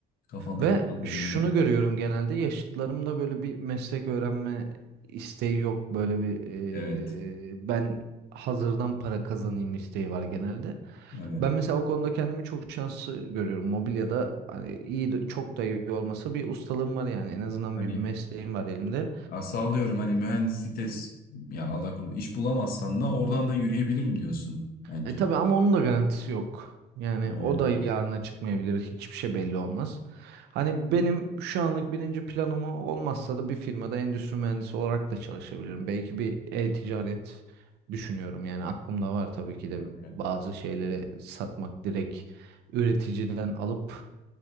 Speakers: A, on the left; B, on the right.
A: Kafandaki
B: Ve
A: plan da
B: şunu
A: belli.
B: görüyorum genelde yaşıtlarımda böyle bir meslek öğrenme isteği yok. Böyle bir
A: Evet.
B: eee, ben hazırdan para kazanayım isteği var genelde.
A: Evet.
B: Ben mesela o konuda kendimi çok şanslı görüyorum. Mobilyada hani iyi de- çok da iyi olmasa bir ustalığım var yani en azından
A: Hani
B: bir mesleğim var elimde.
A: Ya sallıyorum hani mühendislikte s- ya Allah korusun iş bulamazsan da oradan da yürüyebilirim diyorsun bence.
B: E tabii ama onun da garantisi yok. Yani
A: Aynen.
B: o da yarına çıkmayabilir. Hiçbir şey belli olmaz. Hani benim şu anlık birinci planım o. olmazsa da bir firmada endüstri mühendisi olarak da çalışabilirim. Belki bir e-ticaret düşünüyorum. Yani aklımda var tabii ki de
A: Aynen.
B: bazı şeyleri satmak direkt üreticiden alıp